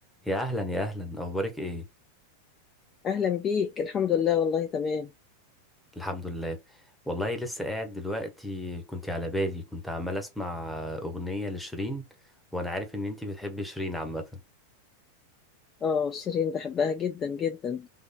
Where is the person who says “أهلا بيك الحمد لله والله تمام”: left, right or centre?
Left